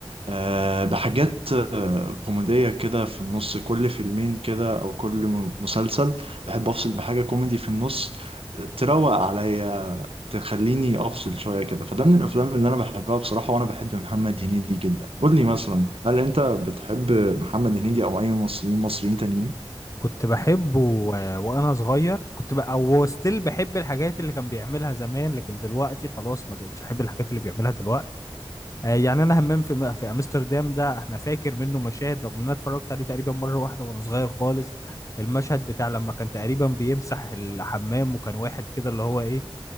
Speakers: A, on the right (about 80°); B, on the left (about 35°).
A: آه، بحاجات آه، كوميدية كده في النص كل فيلمين كده أو كل م- مسلسل بحب أفصل بحاجة كوميدي في النص آه، تروق عليا تخليني أفصل شوية كده فده من الأفلام اللي أنا بحبها بصراحة وأنا بحب محمد هنيدي جدا قول لي مثلا هل أنت بتحب محمد هنيدي أو أي ممثلين مصريين تانيين؟
B: كنت بحبه و- وانا صغير كنت بقى او ستيل بحب الحاجات اللي كان بيعملها زمان لكن دلوقتي خلاص ما بقتش احب الحاجات اللي بيعملها دلوقتي آه، يعني انا همام في م- في امستردام ده احنا فاكر منه مشاهد رغم ان انا اتفرجت عليه تقريبا مره واحده وانا صغير خالص المشهد بتاع لما كان تقريبا بيمسح الحمام وكان واحد كده اللي هو ايه